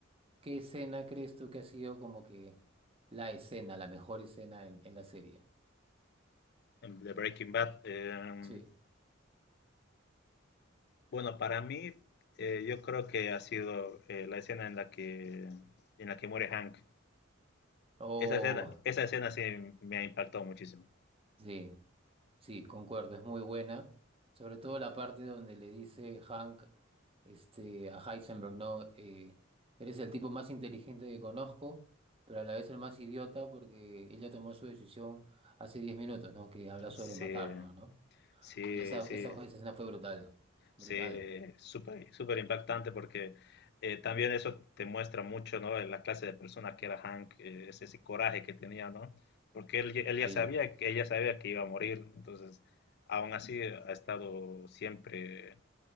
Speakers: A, on the right (about 30°); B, on the left (about 55°).
A: ¿qué escena crees tú que ha sido como que la escena, la mejor escena en, en la serie?
B: De Breaking Bad, eh,
A: Sí.
B: bueno, para mí, eh, yo creo que ha sido eh, la escena en la que, en la que muere Hank.
A: Oh,
B: Esa escena, esa escena sí me ha impactado muchísimo.
A: sí. Sí, concuerdo, es muy buena. Sobre todo la parte donde le dice Hank este, a Heisenberg, ¿no? Eh, eres el tipo más inteligente que conozco, pero a la vez el más idiota porque ella tomó su decisión hace 10 minutos, ¿no? Que habla sobre
B: Sí,
A: matarlo, ¿no?
B: sí,
A: Y esa,
B: sí.
A: esa, fue- esa escena fue brutal, brutal.
B: Sí, súper, súper impactante porque eh, también eso te muestra mucho, ¿no? La clase de persona que era Hank, eh, ese, ese coraje que tenía, ¿no? Porque él, ya- él ya
A: Sí.
B: sabía que ella sabía que iba a morir, entonces, aún así ha estado siempre,